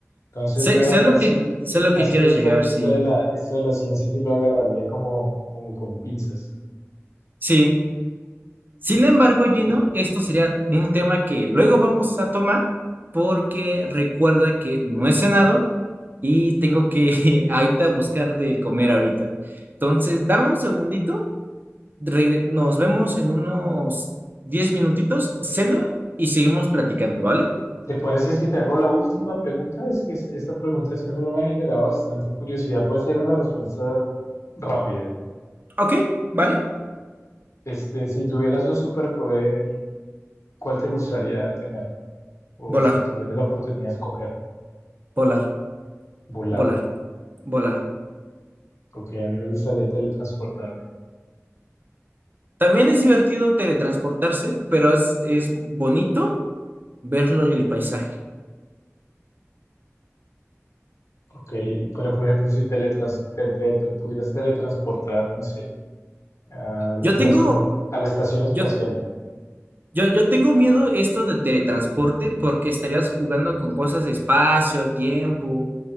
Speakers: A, on the left (about 75°); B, on the right (about 40°).
A: Entonces
B: Sé,
A: yo
B: sé lo
A: así,
B: que, sé lo
A: así
B: que quieres
A: esto,
B: llegar,
A: esto
B: sí.
A: de la, esto de la ciencia sí lo agarraría como, como con pinzas.
B: Sí. Sin embargo, Gino, esto sería un tema que luego vamos a tomar porque recuerda que no he cenado y tengo que <laughs> ahorita buscar de comer ahorita. Entonces, dame un segundito regre- nos vemos en unos 10 minutitos, ceno y seguimos platicando, ¿vale?
A: ¿Te parece si te hago la última pregunta? Es que es- esta pregunta siempre me ha generado bastante curiosidad. Puede ser una respuesta rápida.
B: Ok, ¿vale?
A: Este, si tuvieras un superpoder, ¿cuál te gustaría tener? O
B: Volar,
A: si tuvieras la oportunidad de escoger,
B: volar,
A: volar.
B: volar, volar.
A: Ok, a mí me gustaría teletransportarme.
B: También es divertido teletransportarse, pero es, es bonito ver lo- el paisaje.
A: Ok, pero por ejemplo, si teletrans te, te- te pudieras teletransportar, no sé, a la
B: Yo
A: estación,
B: tengo,
A: a la estación espacial.
B: yo, yo, yo tengo miedo esto de teletransporte porque estarías jugando con cosas de espacio, tiempo,